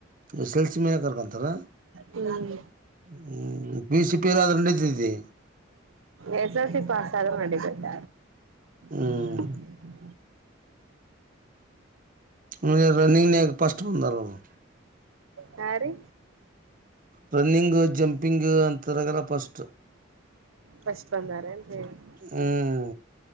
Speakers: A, on the right (about 45°); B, on the right (about 85°).
A: ಎಸ್ ಎಲ್ ಸಿ ಮನ ಕರ್ಕಂತಾರ
B: ಹ್ಮ್
A: ಹ್ಮ್ ಪ ಸಿ ಪಿಲ್ಲದ್ರ ನಿತತಿ <unintelligible>
B: ಎಸ್ ಎಲ್ ಸಿ ಪಾಸರ ಮಾಡಿಿದ್ದ
A: ಹ್ಮ್
B: <unintelligible>
A: ಆಮೇಲೆ ರನ್ನಿಂಗ್ನ್ಯಾಗ ಫಸ್ಟ್ ಬಂದಾರ ಅವರು
B: ಯ ರೀ
A: ರನ್ನಿಂಗ್ ಜಂಪಿಂಗ್ ಅಂತರಗಲ ಫಸ್ಟ್ <unintelligible>
B: ಫಸ್ಟ್ ಬಂದಾರೆ ಅಂತ ಹೇಳಿ
A: ಹ್ಮ್